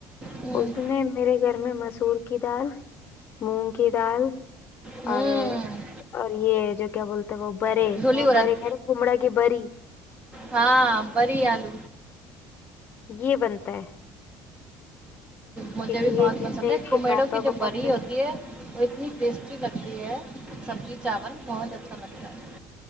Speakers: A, on the right; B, on the left.
A: ہوں
B: اس دن میرے گھر میں مسور کی دال مونگ کی دال
A: ہوں
B: اور اور یے جو کیا بولتے ہیں وہ برے
A: دھلی
B: وہ
A: ارد
B: برے کمڑا کی بری
A: ہاں بری آلو
B: یے بنتا ہے
A: مجھے
B: کیونکہ
A: بھی بہت
B: یہ چیزیں
A: پسند
B: اس
A: ہے کمیڑو
B: کے پاپا
A: کی جو
B: کو
A: بری
B: پسند
A: ہوتی ہے وہ اتنی ٹیسٹی لگتی ہے سبزی چاول بہت اچھا لگتا ہے